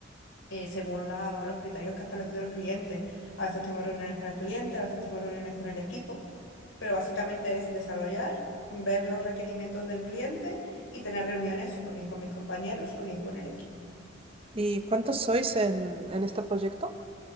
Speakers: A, on the left; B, on the right.
A: eh, según la- los criterios que ha establecido el cliente. A veces tengo reuniones con el cliente, a veces tengo reuniones con el equipo, pero básicamente es desarrollar, ver los requerimientos del cliente y tener reuniones o bien con mis compañeros o bien con el equipo.
B: ¿Y cuántos sois en, en este proyecto?